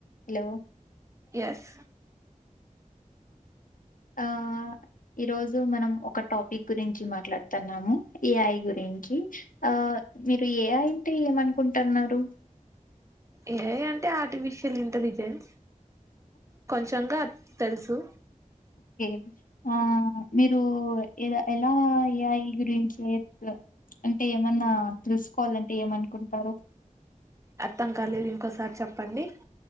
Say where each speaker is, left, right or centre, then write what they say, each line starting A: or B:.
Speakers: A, on the left; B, on the right.
A: hello
B: yes
A: ఆ ఈ రోజు మనం ఒక టాప్ మీ గురించి మాట్లాడుతన్నాము ఏఐ గురించి ఆ మీరు ఏఐ అంతే ఏమనుకుంటున్నారు
B: ఏ అంటే ఆర్టిఫిషియల్ ఇంటెలిజెన్స్ కొంచంగా తెలుసు
A: ఓకే ఆ మీరు ఎలా ఎలా ఏఐ ఈ గురించి అంటే ఏమన్నా తెలుసుకోవాలంటే ఏమనుకుంటానారు
B: అర్థం కాలేదు ఇంకోసారి చెప్పండి